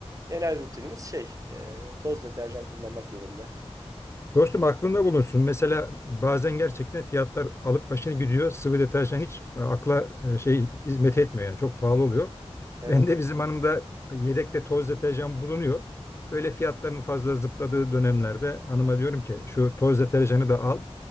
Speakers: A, on the right (about 30°); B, on the left (about 25°).
A: genel rutinimiz şey eee, toz deterjan kullanmak yönünde.
B: Dostum aklında bulunsun. Mesela bazen gerçekten fiyatlar alıp başına gidiyor. Sıvı deterjan hiç e, akla e, şey hizmet etmiyor yani çok pahalı oluyor. <laughs>
A: Evet
B: Ben de bizim hanımda yedekte toz deterjan bulunuyor. Böyle fiyatların fazla zıpladığı dönemlerde hanıma diyorum ki şu toz deterjanı da al.